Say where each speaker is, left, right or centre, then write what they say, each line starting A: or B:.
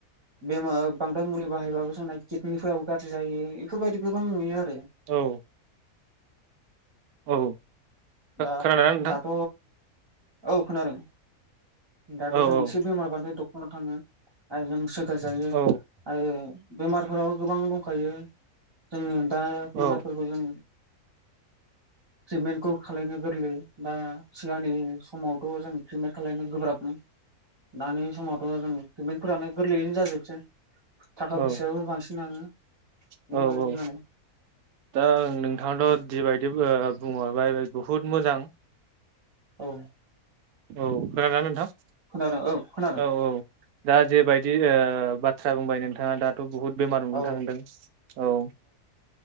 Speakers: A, on the right; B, on the right.
A: बेमार बांद्राय मुलि बाहायबाबो जोंना किडनिफोराबो गाज्रि जायो इफोरबायदि गोबां नुयो आरो
B: औ औ
A: दा
B: खोनादोंना नोंथां
A: दाथ' औ खोनादों दाथ'
B: औ
A: जों
B: औ
A: एसे बेमार बानो डक्टरनाव थाङो आरो जों सोखा जायो
B: औ
A: आरो बेमारफोराबो गोबां दंखायो जोङो दा
B: औ
A: बेमारफोरखौ जों थ्रिथमेनखौ खालायनो गोरलै बा सिगांनि समावथ' जों ट्रिटमेन्ट खालायनो गोब्राबमोन दानि समावथ' जों ट्रिमेन्टफोरानो गोरलैयैनो जाजोबसै थाखा
B: औ
A: फैसायाबो बांसिन थाङो बेबायदि
B: औ औ
A: माने
B: दा नोंथाङाथ' जिबायदि बुंहरबाय बुहुद मोजां
A: औ
B: औ खोनादोंना नोंथां
A: खोनादों औ खोनादों
B: औ औ दा जेबायदि बाथ्रा बुंबाय नोंथाङा दाथ' बुहुद बेमार मोननो
A: औ
B: थांदों औ